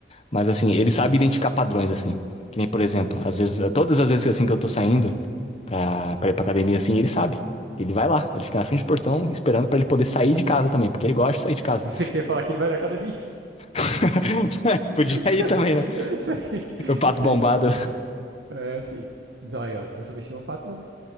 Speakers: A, on the left (about 35°); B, on the right (about 75°).
A: Mas assim, ele sabe identificar padrões, assim. Que nem, por exemplo, às vezes, todas as vezes assim que eu tô saindo pra, pra ir pra academia, assim, ele sabe. Ele vai lá, ele fica na frente do portão esperando pra ele poder sair de casa também, porque ele gosta de sair de casa.
B: Pensei que você ia falar que ele vai na academia.
A: <laughs> Podia
B: <laughs>
A: ir também, né?
B: Eu não sei.
A: Meu pato
B: Entendi.
A: bombado
B: É, fi. Não, Aí, ó, não subestima o pato, não.